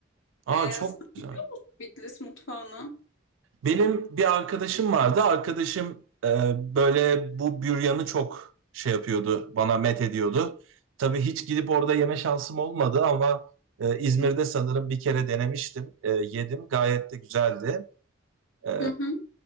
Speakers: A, on the right; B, on the left.
A: Aa
B: E,
A: çok
B: sen
A: güzel.
B: Bitlis mutfağına.
A: Benim bir arkadaşım vardı. Arkadaşım e, böyle bu büryanı çok şey yapıyordu, bana met ediyordu. Tabii hiç gidip orada yeme şansım olmadı ama e, İzmir'de
B: Hı hı.
A: sanırım bir kere denemiştim, E, yedim. Gayet de güzeldi. E,
B: Hı hı.